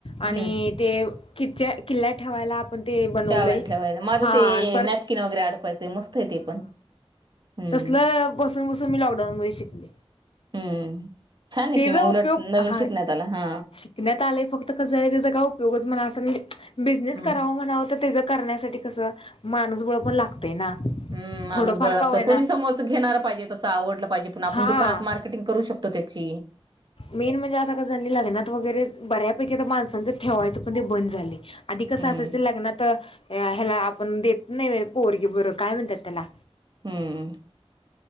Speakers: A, on the left; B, on the right.
A: आणि
B: हम्म
A: ते किचच्या किल्ल्या ठेवायला ते बनवलंय
B: चाबयान ठेवायच माझं
A: हा
B: ते
A: परत
B: नॅपकिन वगैरे अडकवायचे मस्त आहे ते पण हम्म
A: तसल बसून बसून मी लॉकडाऊन मध्ये शिकले.
B: हम्म छान आहे
A: त्याचा
B: कि मग
A: उपयोग
B: उलट नवीन
A: हा
B: शिकण्यात आला हा
A: शिकण्यात आलंय फक्त कस आहे त्याचा काय उपयोगच म्हण असं म्हणज बिझनेस
B: हम्म
A: कराव म्हणावं तर त्याचं करण्यासाठी कसं माणूसबळ पण लागतय ना?
B: हम्म. माणूस
A: थोडंफार
B: बळ लागतं
A: का होईना
B: कोणी समोरच घेणार पाहिजे, तसं आवडलं पाहिजे पण आपण
A: हा
B: दुकानात मार्केटिंग करू शकतो त्याची.
A: मेन म्हणजे आता कसं झालंय, लग्नात वगैरे बऱ्यापैकी तर माणसांचं ठेवायचं पण ते बंद झालय, आधी कसं
B: हम्म
A: असायच लग्नात ह्याला आपण देत नाही पोरगी बर काय म्हणतात त्याला?
B: हम्म